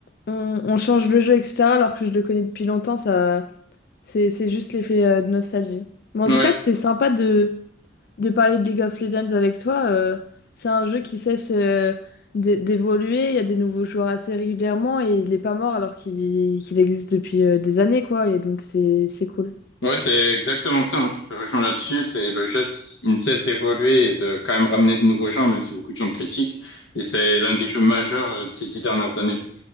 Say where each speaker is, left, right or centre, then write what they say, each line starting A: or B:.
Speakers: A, on the left; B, on the left.
A: on, on change le jeu, etc., alors que je le connais depuis longtemps, ça, c'est, c'est juste l'effet euh, de nostalgie. Mais en
B: Ouais,
A: tout cas, c'était sympa de de parler de League of Legends avec toi. euh, c'est un jeu qui cesse euh, d'é- d'évoluer. Il y a des nouveaux joueurs assez régulièrement et il n'est pas mort alors qu'il qu'il existe depuis euh, des années, quoi. Et donc, c'est c'est cool.
B: ouais, c'est exactement ça. hein, Je te rejoins là-dessus. C'est le jeu, c- il ne cesse d'évoluer et de quand même ramener de nouveaux gens, même si beaucoup de gens le critiquent. Et c'est l'un des jeux majeurs euh, de ces dix dernières années.